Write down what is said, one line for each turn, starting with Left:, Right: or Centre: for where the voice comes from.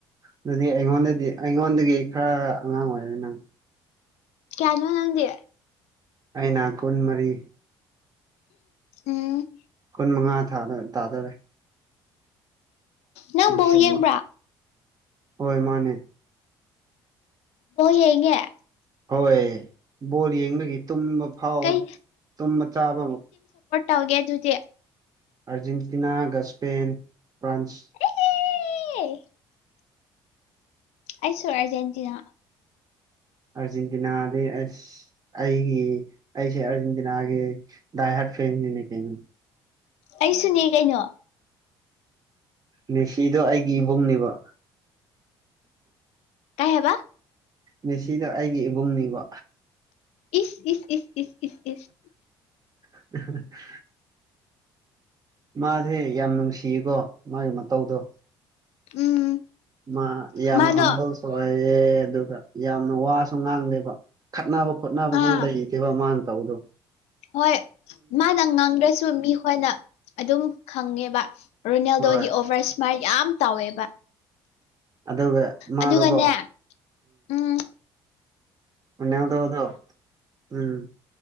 Right: ꯑꯗꯨꯗꯤ ꯑꯩꯉꯣꯟꯗꯗꯤ ꯑꯩꯉꯣꯟꯗꯒꯤ ꯈꯔ ꯑꯉꯥꯡ ꯑꯣꯏꯔꯦ ꯅꯪ
Left: ꯀꯌꯥꯅꯣ ꯅꯪꯗꯦ
Right: ꯑꯩꯅ ꯀꯨꯟꯃꯔꯤ
Left: ꯎꯝ
Right: ꯀꯨꯟ ꯃꯉꯥ ꯇꯥꯗꯔꯦ
Left: ꯅꯪ
Right: ꯗꯤꯁꯦꯝꯕ
Left: ꯕꯣꯜ ꯌꯦꯡꯕ꯭ꯔꯥ
Right: ꯍꯣꯏ ꯃꯥꯅꯦ
Left: ꯌꯦꯉꯦ
Right: ꯍꯣꯏ ꯕꯣꯜ ꯌꯦꯡꯕꯒꯤ ꯇꯨꯝꯕ ꯐꯥꯎꯕ
Left: ꯀꯩ
Right: ꯇꯨꯝꯕ ꯆꯥꯕ
Left: ꯧꯒꯦ ꯑꯗꯨꯗꯤ
Right: ꯑꯥꯔꯖꯦꯟꯇꯤꯅꯥ ꯒ ꯁꯄꯦꯟ ꯐ꯭ꯔꯥꯟꯁ
Left: ꯑ ꯑꯩꯁꯨ ꯑꯔꯖꯦꯟꯇꯤꯅꯥ
Right: ꯑꯥꯔꯖꯦꯟꯇꯤꯅꯥꯗ ꯑꯁ ꯑꯩꯒꯤ ꯑꯩꯁꯦ ꯑꯥꯔꯖꯦꯟꯇꯤꯅꯥꯒꯤ ꯗꯥꯏꯍꯠ ꯐ꯭ꯔꯦꯟꯁꯤꯅꯦ ꯀꯩꯅꯣ
Left: ꯑꯩꯁꯨꯅꯦ ꯀꯩꯅꯣ
Right: ꯃꯦꯁꯤꯗꯣ ꯑꯩꯒꯤ ꯏꯕꯨꯡꯅꯦꯕ
Left: ꯀꯩ ꯍꯥꯏꯕꯥ
Right: ꯃꯦꯁꯤꯗ ꯑꯩꯒꯤ ꯏꯕꯨꯡꯅꯤꯕꯣ
Left: ꯏꯁ ꯏꯁ ꯏꯁ ꯏꯁ ꯏꯁ ꯏꯁ
Right: <unintelligible> ꯃꯥꯁꯦ ꯌꯥꯝ ꯅꯨꯡꯁꯤꯌꯦꯀꯣ ꯃꯥꯒꯤ ꯃꯇꯧꯗꯣ
Left: ꯎꯝ
Right: ꯃꯥ ꯌꯥꯝ
Left: ꯃꯥꯗꯣ
Right: ꯍꯝꯕꯜꯁꯨ ꯑꯣꯏꯌꯦ ꯑꯗꯨꯒ ꯌꯥꯝꯅ ꯋꯥꯁ ꯁ ꯉꯥꯡꯗꯦꯕ ꯈꯠꯅꯕ ꯈꯣꯠꯅꯕꯁꯨ
Left: ꯑꯥ
Right: ꯂꯩꯇꯦꯕ ꯃꯥꯅ ꯇꯧꯗꯣ
Left: ꯍꯣꯏ ꯃꯥꯅ ꯉꯥꯡꯗ꯭ꯔꯁꯨ ꯃꯤꯈꯣꯏꯅ ꯑꯗꯨꯝ ꯈꯪꯉꯦꯕ ꯔꯣꯅꯥꯜꯗꯣꯗꯤ
Right: ꯍꯣꯏ
Left: ꯑꯣꯚꯔ ꯏꯁꯃꯥꯏꯜ ꯌꯥꯝ ꯇꯧꯋꯦꯕ
Right: ꯑꯗꯨꯒ ꯃꯥꯗꯣꯀꯣ
Left: ꯑꯗꯨꯒꯅꯦ ꯎꯝ
Right: ꯃꯟꯅꯉꯗꯕꯗꯣ ꯎꯝ